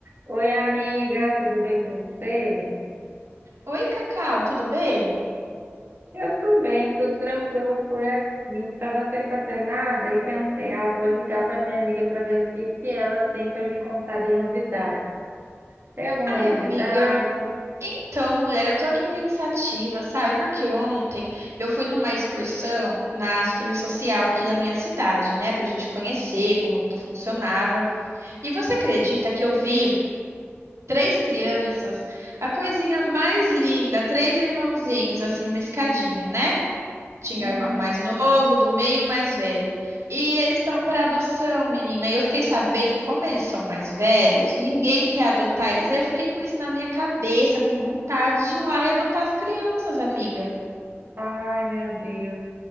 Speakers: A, on the right (about 50°); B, on the right (about 85°).
A: Oi, amiga, tudo bem com você?
B: Oi, Cacau, tudo bem?
A: Eu tô bem, tô tranquilo por aqui. Tava sem fazer nada e pensei, ah, vou ligar para minha amiga para ver o que que ela tem para me contar de novidade. Tem alguma
B: Ai,
A: novidade?
B: amiga. Então, mulher, eu tô aqui pensativa, sabe? Porque ontem eu fui numa excursão na assistência social aqui da minha cidade, né? Pra gente conhecer como tudo funcionava. E você acredita que eu vi três crianças, a coisinha mais linda, três irmãozinhos, assim, uma escadinha, né? Tinha
A: Uhum.
B: o irmão mais novo, do meio, o mais velho. E eles estão para adoção, menina. E eu fiquei sabendo como eles são mais velhos, ninguém quer adotar eles. Aí eu fiquei com isso na minha cabeça, com vontade de ir lá e adotar as crianças, amiga.
A: Ai, meu Deus.